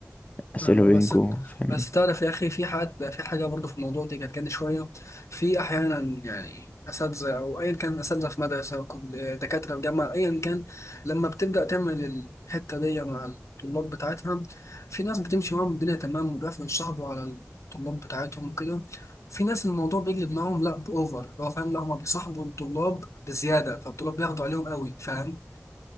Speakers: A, on the left; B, on the left.
A: أسئلة
B: فاهمة
A: بينكوا
B: بس
A: فاهمني
B: بس تعرف يا أخي في حد في حاجة برضه في الموضوع دي كانت كده شوية في أحيانا يعني أساتذة أو أيا كان أساتذة في مدرسة أو كل- دكاترة في جامعة أيا كان لما بتبدأ تعمل الحتة دي مع الطلاب بتاعتها في ناس بتمشي معاهم الدنيا تمام وبيعرفوا يتصاحبوا على الطلاب بتاعتهم وكده في ناس الموضوع بيجلب معاهم لا بأوفر اللي هو فاهم لا هما بيصاحبوا الطلاب بزيادة فالطلاب بياخدوا عليهم قوي فاهم